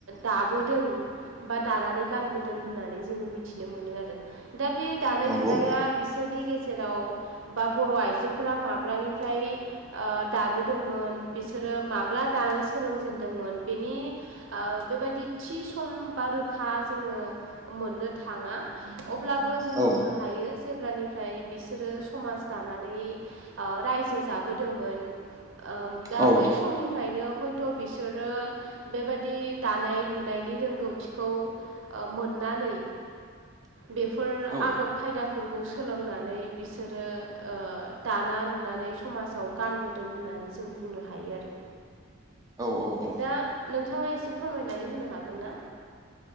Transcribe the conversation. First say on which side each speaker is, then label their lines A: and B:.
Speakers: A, on the right; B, on the right.
A: दाबोदों बा दानानै गानबोदों होननानै जोङो मिथिनो मोनो आरो दा बे दानाय
B: नंगौ
A: लुनाया बिस सोरनि गेजेराव बा बर' आइजोफोरा माब्लानिफ्राय ओ दाबोदोंमोन बिसोरो माब्ला दानो सोलोंजेनदोंमोन बेनि ओ बेबायदि थि सम बा रोखा जोङो मोननो थाङा अब्लाबो जों
B: औ
A: बुंनो हायो हायो जेब्लानिफ्राय बिसोरो समाज दानानै ओ रायजो जाबोदोंमोन। ओ दा
B: औ
A: बै समनिफ्रायनो हयथ' बिसोरो बेबादि दानाय लुनाय नायनि रोंगौथिखौ मोननानै बेफोर
B: औ
A: आदब खायदाफोरखौ सोलोंनानै बिसोरो ओ दाना लुनानै समावजाव गानबोदों होननानै जों बुंनो हायो आरो
B: औ औ
A: दा नोंथाङा एसे फोरमायनानै होनो हागोन ना?